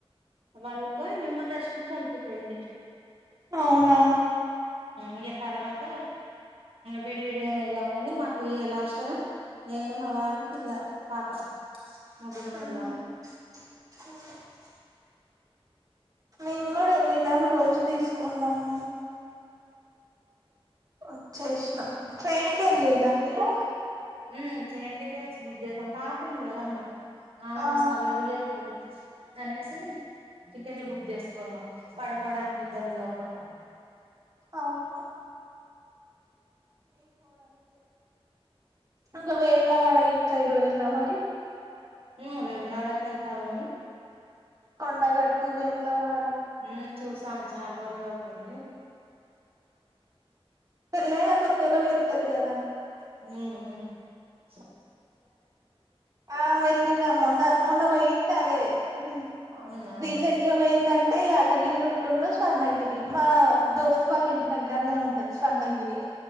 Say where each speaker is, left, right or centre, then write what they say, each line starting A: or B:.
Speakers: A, on the right (about 65°); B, on the right (about 35°).
A: వన్కో ఏమో దర్శనం కంప్లీట్ అయింది
B: అవునా
A: ఇగ తర్వాత విడివిడిగ వెళ్దాం కాని మాకు ఇ లాస్ట్ నేను మావారు పిల్ల పాప ముగ్గురం
B: ఆహ్
A: వెళ్ళాం
B: మేము కూడ వెళ్ళినము రూమ్స్ తీసుకున్నాము అచ్చేసిన ట్రైన్ కెళ్ళిన్ లా మీరు
A: ఊ ట్రైన్ టికెట్స్ బుక్ చేసం పాప ఉంది కదమ్మా ఆమె
B: ఆ
A: మస్త అల్లరి జెతది అనేసి టికెట్లు బుక్ చేసుకున్నాం పడుకోడానికి ఇబ్బంది కాకుండా
B: అవున ఇంగ వేములవాడ గిటు సైడు పోయిల్లా మరి
A: ఊ వేమ్లాడకెళ్తాము
B: కొండగట్టు వేములవాడ
A: ఉమ్ చూసాం చాలా రోజులు అవుతుంది
B: పెళ్లయినా కొత్తలో వెళ్తారు కదా
A: ఊహు
B: ఆ వెళ్లిన మొన్న మొన్న పోయిందందే ఉ
A: అవునా
B: రీసెంట్గా పోయిందం టే యాదగిరి గుట్టును స్వర్ణగిరి మా దోస్తు వాళ్ళ ఇంటి దగ్గరనే ఉంటది స్వర్ణగిరి